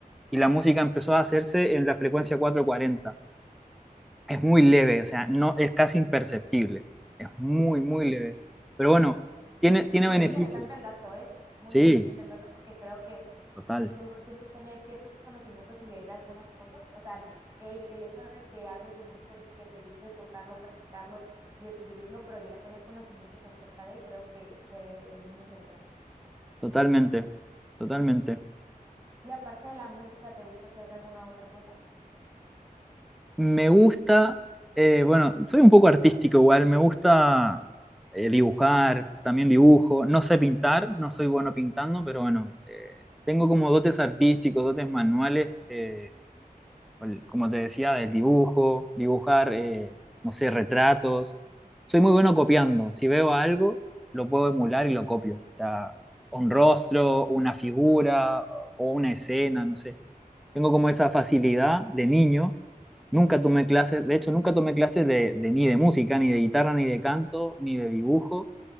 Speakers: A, in the centre; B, on the right (about 20°).
A: y la música empezó a hacerse en la frecuencia 440 es muy leve, o sea, no, es casi imperceptible, es muy, muy
B: Wow,
A: leve. Pero bueno,
B: Es,
A: tiene, tiene
B: es
A: beneficios.
B: muy interesante el dato, ¿eh? Muy
A: Sí,
B: interesante el dato porque creo que
A: total,
B: sí, uno tiene que tener ciertos conocimientos y leer algunas cosas. O sea, no- el, el hecho de que hables de música, que te guste tocarlo, practicarlo y escribirlo, pero ya tener conocimientos acerca de, creo que, que es muy interesante.
A: totalmente, totalmente.
B: Y aparte de la música, ¿te gusta hacer alguna otra cosa?
A: Me gusta, eh, bueno, soy un poco artístico igual, me gusta eh, dibujar, también dibujo, no sé pintar, no soy bueno pintando, pero bueno, eh, tengo como dotes artísticos, dotes manuales. eh, con- como te decía, del dibujo, dibujar, eh, no sé, retratos. Soy muy bueno copiando. Si veo algo, lo puedo emular y lo copio. O sea, un rostro, una figura o una escena, no sé. Tengo como esa facilidad de niño. Nunca tomé clases, de hecho, nunca tomé clases de, de- ni de música, ni de guitarra, ni de canto, ni de dibujo.